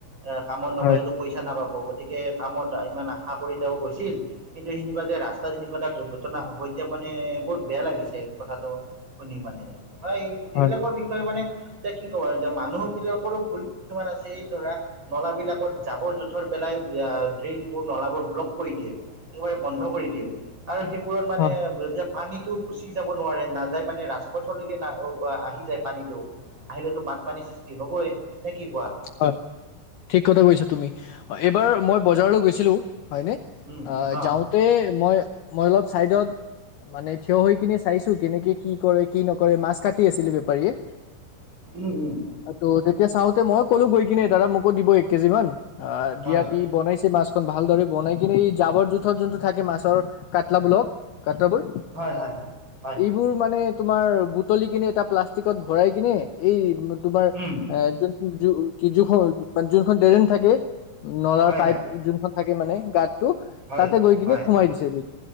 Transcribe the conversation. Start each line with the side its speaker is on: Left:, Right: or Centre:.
Right: এ কামত নগ'লেতো
Left: হয়
Right: পইচা নাপাব গতিকে কামত ইমান আশা কৰি তেওঁ গৈছিল। কিন্তু সেনেকুৱা যে ৰাস্তাত সেনেকুৱা এটা দুৰ্ঘটনা হব এতিয়া মানে বহুত বেয়া লাগিছে কথাটো। শুনি মানে। বা এই এইবিলাকৰ
Left: হয়
Right: বিষয়ে মানে, এতিয়া কি ক'ব এতিয়া মানুহ বিলাকৰো ভুল কিছুমান আছে, এই ধৰা নলা বিলাকত জাবৰ যোথৰ পেলাই আহ, ড্ৰেইনবোৰ নলাবোৰ ব্লক কৰি দিয়ে একেবাৰে বন্ধ কৰি দিয়ে। আৰু সেইবোৰত মানে
Left: হয়
Right: এইবিলাক পানীত। টো গুচি যাব নোৱাৰে, নাযায় মানে ৰাজপথলৈকে ন আহি যায় পানীটো। আহিলেতো বানপানী সৃষ্টি হ'বই, নে কি কোৱা?
Left: হয় ঠিক কথা কৈছা তুমি এইবাৰ মই বজাৰলৈ গৈছিলো হয়নে?
Right: উম
Left: আ
Right: অ
Left: যাওঁতে মই মই অলপ চাইডত। মানে থিয় হৈ কিনে চাইছো কেনেকে কি কৰে কি নকৰে মাছ কাটি আছিলে বেপাৰীয়ে।
Right: ওম ওম।
Left: টু তেতিয়া চাওঁতে মই ক'লো গৈ কিনে দাদা মোকো দিব এক কেজি মান অ দিয়া
Right: হয়
Left: তি বনাইছে মাছ। ন ভালদৰে বনাই কিনে এই জাবৰ জোথৰ যোনটো থাকে মাছৰ কাটলাবোৰক কাটলাবোৰ।
Right: হয় হয় হয় হয়।
Left: এইবোৰ মানে তোমাৰ বুটলি কিনে এটা প্লাষ্টিকত ভৰাই কিনে। এই তোমাৰ
Right: উম
Left: যোনটো যুখন যোনখন ডেৰেন থাকে, নলাৰ
Right: হয়
Left: পাইপ
Right: হয়
Left: যোনখন থাকে মানে গাত, তো
Right: হয়
Left: তাতে গৈ কিনে
Right: হয়
Left: সোমাই দিছেগে